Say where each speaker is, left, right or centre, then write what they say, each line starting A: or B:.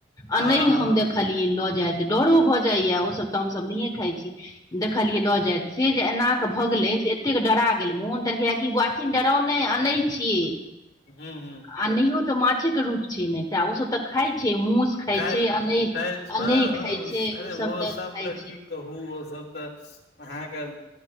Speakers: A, on the left; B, on the left.
A: हँ
B: अनहि
A: हँ
B: हम देख देखलियै लऽ जाइत डरो भऽ जाइ यऽ ओसभ तऽ हमसभ नहिये खाइ छी देखलियै लऽ जायत से जे एना कऽ भगलै से कतेक डरा गेल मोन तहन कहै य कि अखैन डराउ नहि आनैह छियै
A: हूँ हूँ
B: अनैहियो तऽ माछे कऽ रूप छै न एक टा ओ सब तऽ खाय छै मूस खाइ
A: ख
B: छै अनैह
A: खाइ हँ
B: अनैह
A: हँ
B: खाइ छै
A: अरे
B: ओसभ
A: ओ सब
B: खाइ
A: तऽ
B: छै
A: की कहु ओ सब तऽ अहाके